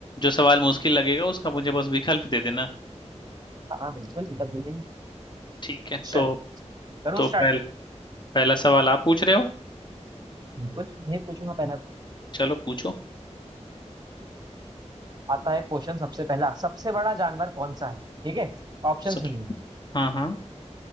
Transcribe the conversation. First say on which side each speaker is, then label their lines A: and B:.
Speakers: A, on the left; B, on the right.
A: जो सवाल मुश्किल लगेगा उसका मुझे बस विकल्प दे देना
B: हाँ बिल्कुल तब बिल्कुल
A: ठीक है
B: चलो
A: तो
B: करो
A: तो पहल,
B: स्टार्ट
A: पहला सवाल आप पूछ रहे हो
B: कुछ नहीं पूछूंगा पहला तो।
A: चलो पूछो
B: आता है क्वेश्चन सबसे पहला सबसे बड़ा जानवर कौन सा है ठीक है ऑप्शन
A: सब
B: सुनिए
A: हाँ हाँ